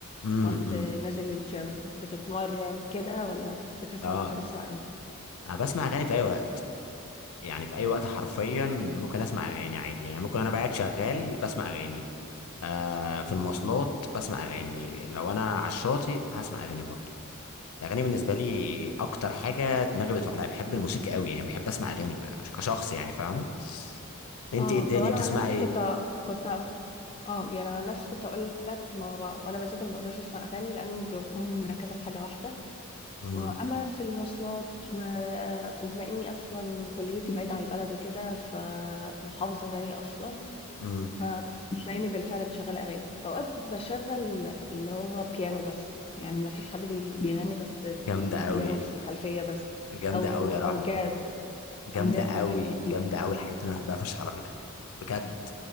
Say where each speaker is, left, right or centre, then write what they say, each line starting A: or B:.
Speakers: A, on the left; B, on the left.
A: امم
B: في وقت
A: امم
B: نازل الgym بتتمرّن كده والّا بتسمع
A: اه
B: بتحب تسمع إمتى؟
A: انا بسمع اغاني في اي وقت يعني في اي وقت حرفيا ممكن اسمع اغاني عادي يعني ممكن انا قاعد شغال بسمع اغاني آه في المواصلات بسمع اغاني لو انا على الشاطئ هسمع اغاني برضو الاغاني بالنسبه لي اكتر حاجه دماغي بتروح لها بحب الموسيقى قوي يعني بحب اسمع اغاني ب- كشخص يعني فاهمه انت
B: آه،
A: ايه الدنيا
B: طب أنا
A: بتسمعي
B: عن نفسي
A: ايه
B: كنت كنت آه، يعني عن نفسي كنت هاقول لك ما ب وأنا باذاكر ما باقدرش أسمع أغاني لإنّي باكون مركّزة في حاجة واحدة،
A: امم
B: وأمّا في المواصلات و وبما إنّي أصلًا كُلّيتي بعيدة عن البلد وكده، فمحافظة تانية أصلًا،
A: امم
B: فتلاقيني بالفعل مشغّلة أغاني، أوقات باشغّل اللي هو بيانو بس، يعني ما فيش حد بي بيغنّي بس
A: جامده
B: البيانو
A: قوي
B: في الخلفية بس
A: جامده
B: أو
A: قوي يا
B: أو
A: رحمه
B: jazz
A: جامده
B: أو jazz
A: قوي
B: أو الحاجات دي،
A: جامده قوي الحاجات دي انا بحبها فشخ على فكره بجد